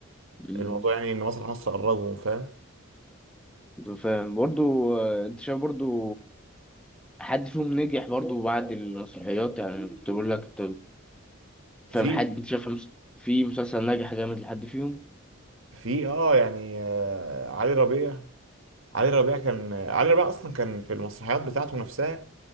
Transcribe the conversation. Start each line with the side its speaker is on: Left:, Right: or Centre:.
Centre: مم.
Right: الموضوع يعني ان مسرح مصر قربهم فاهم
Centre: فاهم برضو آه، انت شايف برضو حد فيهم نجح برضو بعد المسرحيات يعني كنت بقول لك فاهم
Right: في
Centre: حد انت شايف مس- في مسلسل ناجح جامد لحد فيهم
Right: في اه يعني آه، علي ربيع علي ربيع كان علي ربيع اصلا كان في المسرحيات بتاعته نفسها